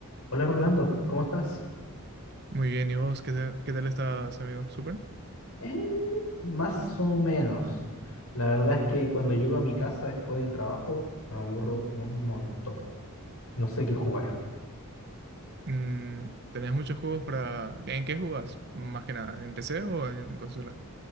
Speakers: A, on the left; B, on the right.
A: Hola Rolando, ¿cómo estás?
B: Muy bien, ¿y vos qué tal, qué tal estás, amigo? ¿Súper?
A: Eh, más o menos. La verdad es que
B: Va.
A: cuando llego a mi casa después del trabajo me aburro un montón. No sé qué jugar.
B: Mm, ¿tenés muchos juegos para... ¿En qué jugás? Más que nada, ¿en PC o en consola?